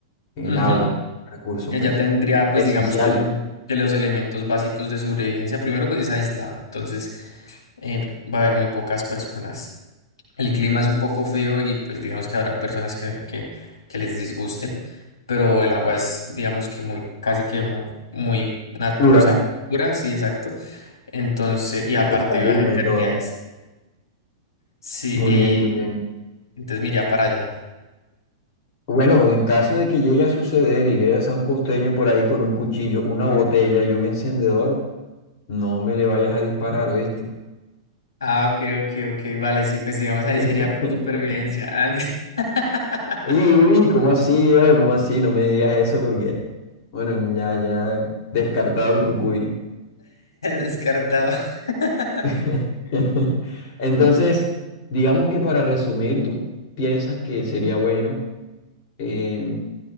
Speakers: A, on the left; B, on the left.
A: el
B: Ujú.
A: agua, recurso
B: Y
A: pues
B: allá tendría, pues
A: esencial,
B: digamos que, lo- que los elementos básicos de sobrevivencia. Primero, pues es aislado, entonces eh, va a haber muy pocas personas. El clima es un poco frío y pues digamos que habrá personas que, que, que les disguste, pero el agua es, digamos que muy, casi que muy, muy natu,
A: pura,
B: o sea, pura, sí, exacto. Entonces, y aparte
A: cristalina
B: baja en cantidades.
A: y todo.
B: Sí,
A: Muy
B: y
A: bien, muy bien.
B: y entonces me iría para allá.
A: Bueno, en caso de que llegue a suceder y veas a un costeño por ahí con un cuchillo, una botella y un encendedor, no me le vayas a disparar, ¿oíste?
B: Ah, ok, ok, ok, vale, sí, pues digamos ahí sería
A: <laughs>
B: por supervivencia. Ah, <laughs>
A: Y, uy, ¿cómo así, viejo? ¿Cómo así? No me digas eso porque, bueno, ya, ya descartado el cucuy.
B: Descartado. <laughs>
A: <laughs> <laughs> Entonces, digamos que para resumir, tú piensas que sería bueno eh,